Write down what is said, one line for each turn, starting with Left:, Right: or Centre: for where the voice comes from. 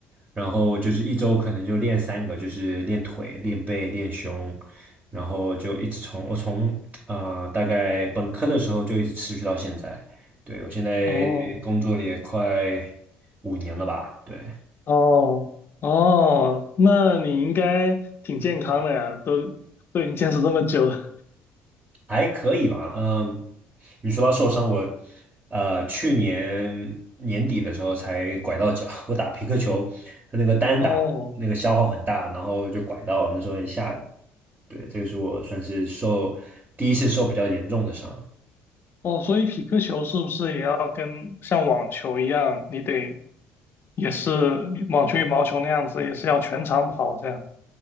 Right: 然后就是一周可能就练三个，就是练腿、练背、练胸，然后就一直从我从呃大概本科的时候就一直持续到现在，对，我现在工作了也快
Left: 哦，
Right: 五年了吧，对。
Left: 哦哦，那你应该挺健康的呀，都都已经坚持这么久了。
Right: 还可以吧，嗯，你说到受伤，我呃去年年底的时候才拐到脚，<laughs> 我打皮克球，它那个单打那个消耗很大，
Left: 哦
Right: 然后就拐到了，那时候很下人。对，这个是我算是受第一次受比较严重的伤。
Left: 哦，所以匹克球是不是也要跟像网球一样，你得也是网球、羽毛球那样子，也是要全场跑这样？